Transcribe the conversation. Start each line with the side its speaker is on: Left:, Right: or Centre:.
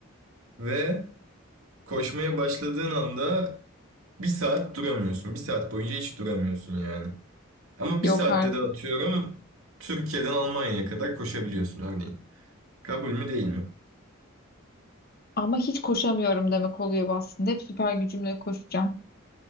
Right: Ve koşmaya başladığın anda bir saat duramıyorsun. Bir saat boyunca hiç duramıyorsun yani. Ama
Left: yok
Right: bir saatte
Left: artık.
Right: de atıyorum Türkiye'den Almanya'ya kadar koşabiliyorsun örneğin. Kabul mü değil mi?
Left: Ama hiç koşamıyorum demek oluyor bu aslında. Hep süper gücümle koşacağım.